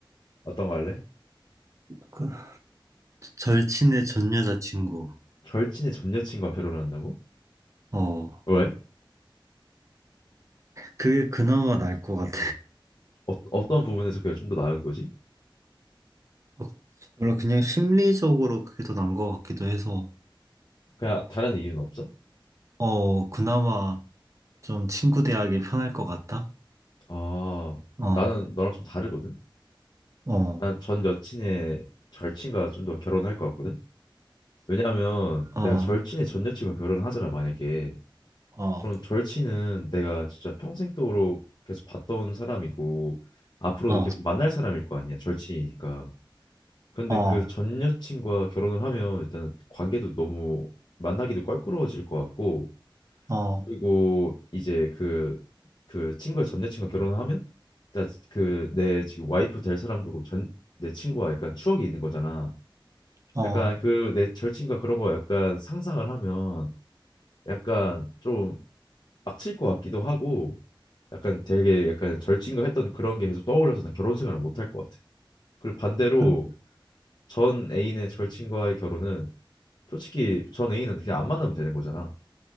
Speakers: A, on the left; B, on the right.
A: 어떤 거 할래?
B: 그 절친의 전 여자친구.
A: 절친의 전 여친과 결혼한다고?
B: 어,
A: 왜?
B: 그게 그나마 나을 것 같아.
A: 어, 어떤 부분에서 그게 좀 더 나은 거지?
B: 어, 물론 그냥 심리적으로 그게 더 나은 것 같기도 해서,
A: 그냥 다른 이유는 없어?
B: 어, 그나마 좀 친구 대하기 편할 것 같다.
A: 아,
B: 어,
A: 나는 너랑 좀 다르거든.
B: 어,
A: 난 전 여친의 절친과 좀 더 결혼할 것 같거든. 왜냐하면
B: 어,
A: 내가 절친의 전 여친과 결혼하잖아 을 만약에.
B: 어,
A: 그런 절친은 내가 진짜 평생도록 계속 봤던 사람이고 앞으로도
B: 어,
A: 계속 만날 사람일 거 아니야 절친이니까 근데
B: 어,
A: 그 전 여친과 결혼을 하면 일단 관계도 너무 만나기도 껄끄러워질 것 같고
B: 어,
A: 그리고 이제 그 그 친구의 전 여친과 결혼을 하면 일단 그 내 지금 와이프 될 사람도 전 내 친구와 약간 추억이 있는 거잖아
B: 어.
A: 약간 그 내 절친과 그런 거 약간 상상을 하면 약간 좀막칠것 같기도 하고 약간 되게 약간 절친과 했던 그런 게 계속 떠올라서 난 결혼 생활을 못 할 것 같아. 그리고 반대로
B: 근-
A: 전 애인의 절친과의 결혼은 솔직히 전 애인은 그냥 안 만나면 되는 거잖아.